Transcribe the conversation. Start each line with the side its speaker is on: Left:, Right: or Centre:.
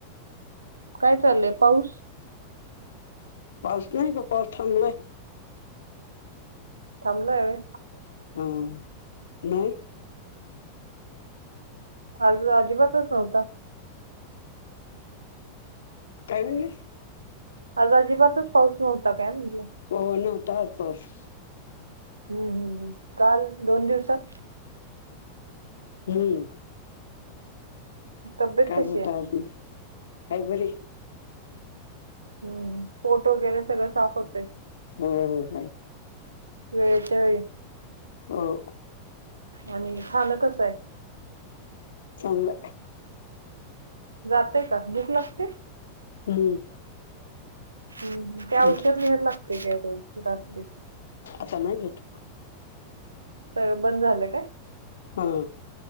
Right: काय चाललंय, पाऊस?
Left: पाऊस नाही गं. पाऊस थांबलाय.
Right: थांबलंय वय.
Left: हम्म <unintelligible>
Right: आज अजिबातच नव्हता.
Left: काय म्हणलीस.
Right: आज अजिबातच पाऊस नव्हता काय म्हटलं.
Left: हो नव्हता आज पाऊस.
Right: हम् हम्म हम् काल दोन दिवसात.
Left: हम्म.
Right: तब्येत
Left: काल
Right: कशी
Left: <unintelligible>
Right: आहे
Left: आहे बरी.
Right: हम्, पोट वगैरे सगळं साफ होतय.
Left: हो हाय.
Right: वेळच्या वेळी.
Left: हो.
Right: आणि खाण कसं आहे.
Left: चांगलाय.
Right: जातंय का? भूक लागते?
Left: हम्म
Right: हम् त्या
Left: घेतलं
Right: औषध द्यायला लागतय रोज रात्री.
Left: आता नाही घेत.
Right: सगळ बंद झालं काय?
Left: हो.